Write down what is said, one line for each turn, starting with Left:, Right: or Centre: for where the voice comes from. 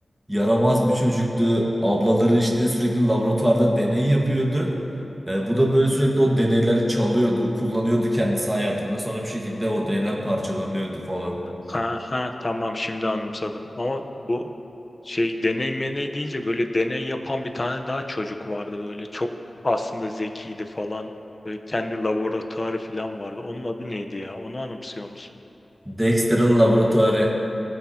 Right: yaramaz bir çocuktu. Ablaları işte sürekli laboratuvarda deney yapıyordu. E, bu da böyle sürekli o deneyleri çalıyordu, kullanıyordu kendisi hayatında. Sonra bir şekilde o deneyler parçalanıyordu falan.
Left: Ha ha tamam şimdi anımsadım. Ama bu şey deney meney deyince böyle deney yapan bir tane daha çocuk vardı böyle çok aslında zekiydi falan. Böyle kendi laboratuvarı falan vardı. Onun adı neydi ya? Onu anımsıyor musun?
Right: Dexter'ın laboratuvarı